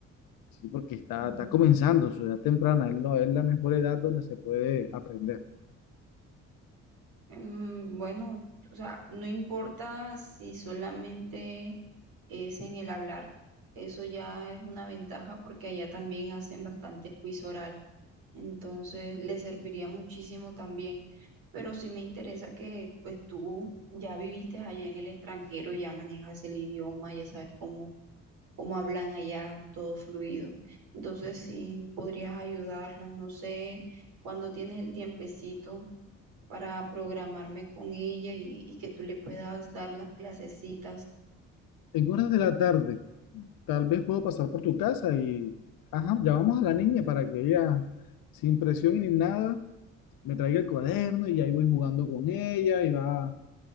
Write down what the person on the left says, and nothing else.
¿sí? porque está,
está comenzando su edad temprana, es, lo- es la mejor edad donde se puede aprender.
En horas de la tarde, tal vez puedo pasar por tu casa y, ajá, llamamos a la niña para que ella, sin presión ni nada, me traiga el cuaderno y ahí voy jugando con ella y va,